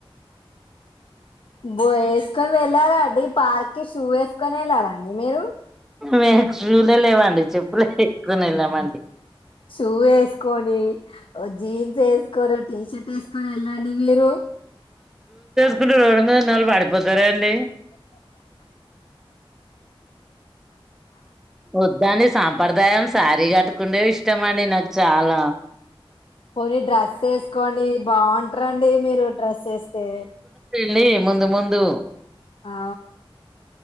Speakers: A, on the left; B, in the centre.
A: బో ఏసుకొని వెళ్ళారా అండి పార్క్ కి షూ ఏసుకొని వెళ్ళారా అండి మీరు.
B: మాకు షూలే లేవండి చెప్పులే ఏసుకొని వెళ్ళామండి.
A: షూ ఏసుకొని జీన్స్ ఏసుకొని టీర్ట్ ఏసు మరి వెళ్ళండి మీరు
B: <unintelligible> రోడ్ మీద వున్నోలు పడి బజారే అండి వద్దని సాం సంప్రదాయం శారీ కట్టుకుండేవి ఇష్టం అండి నాకు చాలా
A: పోని డ్రెస్ వేసుకోండి బాగుంటా రండి మీరు డ్రెస్ వేస్తే
B: లి ముందు ముందు
A: ఆ